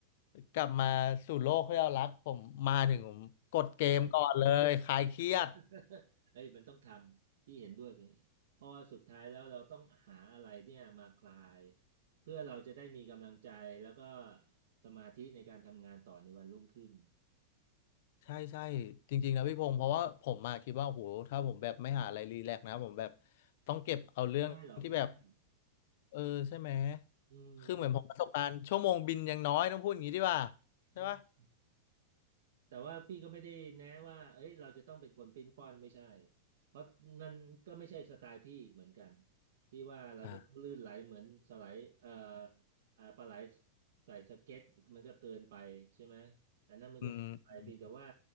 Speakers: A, on the left (about 60°); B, on the right (about 70°).
A: กลับมาสู่โลกที่เรารักผมมาถึงผมกดเกมก่อนเลยคลายเครียด
B: <laughs> เอ้ยมันต้องทำพี่เห็นด้วยไปเพราะว่าสุดท้ายแล้วเราต้องหาอะไรเนี่ยมาคลายเพื่อเราจะได้มีกำลังใจแล้วก็สมาธิในการทำงานต่อในวันรุ่งขึ้น
A: ใช่ใช่จริงๆนะพี่พงศ์เพราะว่าผมมาคิดว่าโอ้โหถ้าผมแบบไม่หาอะไรรีแลกซ์นะผมแบบต้องเก็บเอาเรื่องที่แบบ
B: ไม่ได้หรอกไม่ได้หรอก
A: เออใช่ไหม
B: อืม
A: คือเหมือนผมประสบการณ์ชั่วโมงบินยังน้อยต้องพูดอย่างนี้ดีกว่าใช่ปะ
B: อืม แต่ว่าพี่ก็ไม่ได้แนะว่าเอ้ยเราจะต้องเป็นคนปิ้นป้อนไม่ใช่เพราะนั่นก็ไม่ใช่สไตล์พี่อีกเหมือนกันที่ว่าเราจะต้องลื่นไหลเหมือนสไลด์เอ่อ
A: อ่า
B: เอ่อปลาไหลใส่สเก็ตมันก็เกินไปใช่ไหมอันนั้นมันก็เกินไปเพียงแต่ว่า
A: อืม